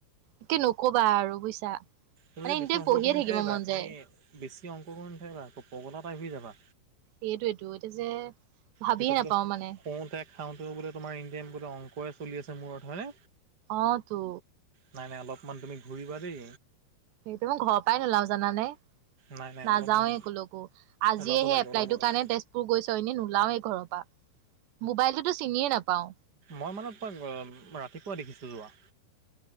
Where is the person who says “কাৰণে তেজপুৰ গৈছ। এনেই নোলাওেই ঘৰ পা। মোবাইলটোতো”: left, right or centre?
Right